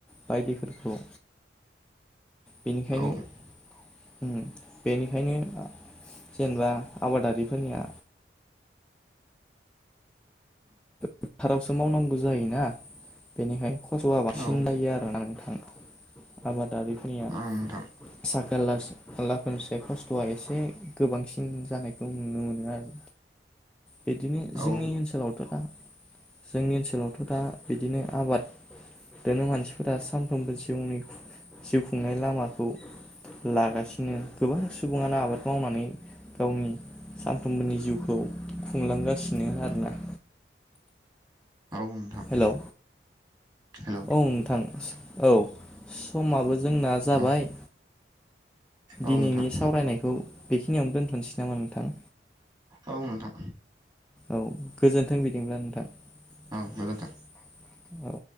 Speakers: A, in the centre; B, on the right.
A: बायदिफोरखौ बेनिखायनो
B: औ उम
A: बेनिखायनो जेनेबा आबादारिफोरनिया फोथारावसो मावनांगौ जायोना बेनिखाय खस्थआ बांसिन
B: औ
A: जायो आरो ना थ आबादारिफोरनिया
B: नोंथां
A: साख्रि आलास-आवलाफोरनिफ्राय खस्थआ एसे गोबांसिन जानायखौ नुनो मोनो आरो बिदिनो
B: औ
A: जोंनि ओनसोलावथ दा जोंनि ओनसोलावथ दा बिदिनो आबाद दोनो मानसिफोरा सानफ्रोमबो जिउनि जिउ खुंनाय लामाखौ लागासिनो गोबां सुबुङानो आबाद मावनानै गावनि सानफ्रोमबोनि जिउखौ खुंलांगासिनो आरोना
B: औ नोंथां।
A: हेलौ।
B: हेल'
A: औ नोंथां औ समाबो जोंना
B: औ
A: जाबाय
B: औ
A: दिनैनि
B: नोंथां
A: सावरायनायखौ बेखिनियावनो दोन्थसै नामा नोंथां।
B: औ नोंथां
A: औ गोजोन्थों बिदिब्ला नोंथां
B: औ गोजोन्थों
A: औ।